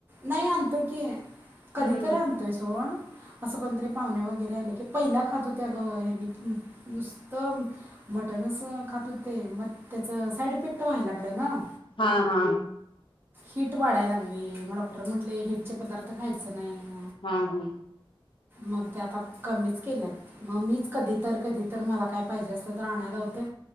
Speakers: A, on the right (about 25°); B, on the left (about 65°).
A: नाही आणतो की कधीतरी
B: हम्म
A: आणतोय सोड असं कोणतरी पाहुणे वगैरे आली की, पहिला खात होते अगं हेनी नुसतं मटणच अस खात होते म त्याच साईड इफेक्ट व्हायला लागला ग
B: हा हा हा
A: हिट वाढाय लागली मग डॉक्टर म्हटले हिटचे पदार्थ खायच नाही
B: हा हा
A: मग ते आता कमीच केल्यात मग मीच कधी तर- कधी तर मला काय पाहिजे असलं तर आणायला लावतोय